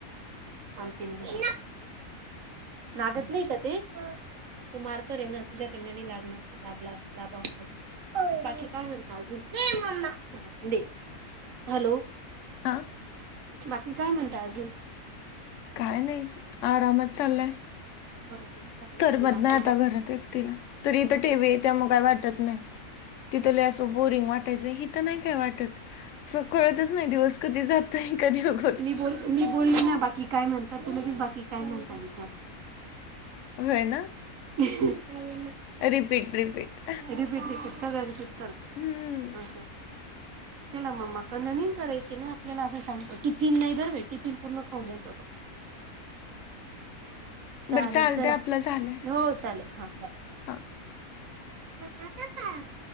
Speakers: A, on the right; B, on the left.
A: <unintelligible> लागत नाही का ते तू मार करे ना तुझ्याकडनं नाही लागणार दाबला दाबावा लागेल बाकी काय म्हणता अजून हा दे हॅलो
B: हा
A: बाकी काय म्हणता अजून?
B: काय नाही आरामच चाललाय
A: बघा किती छान आहे
B: करमत
A: मी बाकी
B: नाही आता
A: काय
B: घरात एकटीला तरी
A: तेच
B: इथे
A: ना.
B: टीव्ही आहेत त्यामुळे काय वाटत नाही तिथ असं बोरिंग वाटायच हित नाहीय काय वाटत सो कळतच नाही दिवस कधी जातोय कधी उग
A: मी बोल मी बोलल ना बाकी काय म्हणता तू लगेच बाकी काय म्हणता विचारत
B: होय ना
A: <unintelligible>
B: रिपीट, रिपीट
A: रिपीट रिपीट सगळं रिपीट करतो
B: हम्मं <unintelligible>
A: असं चला मम्मा कडन नीन करायची ना आपल्याला असं सांगतो टिफिन नाही भर टिफिन पूर्ण खाऊन घ्यायचा तो चालेल
B: बरं चालतंय
A: चला
B: आपलं झालंय
A: हो चालेल हा बाय
B: हा.
A: <unintelligible>